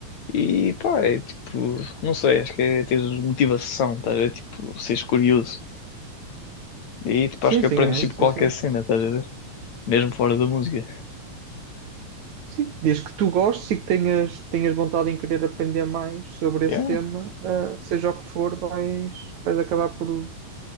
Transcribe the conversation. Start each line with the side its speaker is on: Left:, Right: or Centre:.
Left: E pá, é tipo. Não sei, acho que é ter motivação, estás a ver? Tipo, seres curioso. E tipo,
Right: Sim,
Left: acho que
Right: sim,
Left: aprendes
Right: é
Left: tipo
Right: essencial.
Left: qualquer cena, estás a ver? Mesmo fora da música.
Right: Sim, desde que tu gostes e que tenhas, tenhas vontade em querer aprender mais sobre esse
Left: Yeah,
Right: tema, eh, seja o que for, vais, vais acabar por,